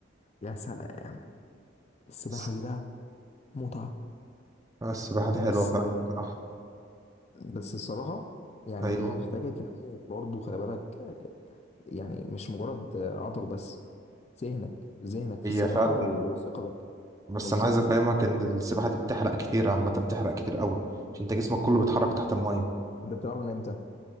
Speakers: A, on the left; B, on the right.
A: يا سلام السباحة
B: الس-
A: دي بقى متعة
B: السباحه دي حلوه
A: بس
B: فعلا
A: آه،
B: بصراحه
A: بس الصراحة يعني
B: ايوه
A: محتاجة كمية برضه خلي بالك آه، يعني مش مجرد آه، عضل بس ذهنك ذهنك في
B: هي
A: السباحة
B: فعلا
A: وثقتك
B: بس
A: بالظبط
B: انا عايز افهمك ان السباحه دي بتحرق كتير عامه بتحرق كتير قوي عشان انت جسمك كله بيتحرك تحت الميه
A: انت بتلعب من امتى؟